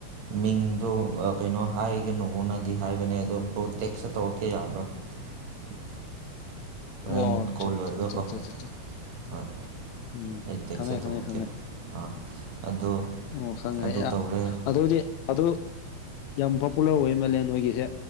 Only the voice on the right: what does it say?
ꯃꯤꯡꯗꯣ ꯀꯩꯅꯣ ꯍꯥꯏꯒꯅꯨꯅꯗꯤ ꯍꯥꯏꯕꯅꯦ ꯑꯗꯣ ꯄꯣꯇꯦꯛꯁꯇ ꯇꯧꯔꯛꯀꯦ ꯌꯥꯕ꯭ꯔꯥ <unintelligible> ꯍꯣꯔꯦꯟ
ꯀꯣꯜ ꯂꯣꯏꯔꯒꯀꯣ
ꯍꯣꯏ
ꯑꯩ ꯇꯦꯛꯁꯇ
ꯇꯧꯔꯛꯀꯦ
ꯑꯥ ꯑꯣ
ꯑꯗꯨ ꯇꯧꯔꯦ